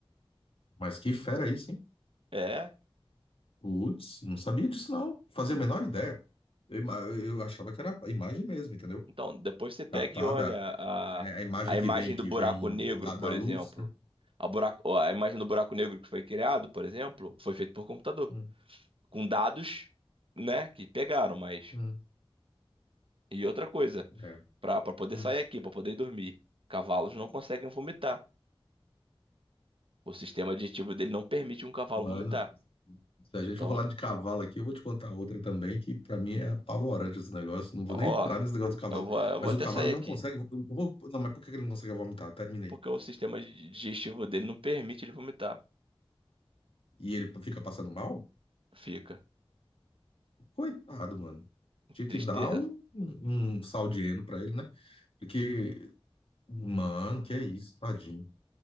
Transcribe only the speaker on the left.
Mas que fera isso, hein?
Putz, não sabia disso, não. Fazia a menor ideia. Eu, ima- eu achava que era a imagem mesmo, entendeu?
Captada,
né? A imagem
que vem, que
vem
da,
da luz,
né?
Hum,
hum,
é,
hum.
Mano,
se a gente
for falar de cavalo aqui, eu vou te contar outra também, que pra mim é apavorante esse negócio. Não vou
nem entrar nesse negócio do cavalo.
Mas
o cavalo
não
consegue. eu vou- não, mas por que que ele não consegue vomitar? Terminei.
E ele fica passando mal?
Coitado, mano. Tinha
que dar um, um sal de heno pra ele, né? Porque, mano, que é isso, tadinho.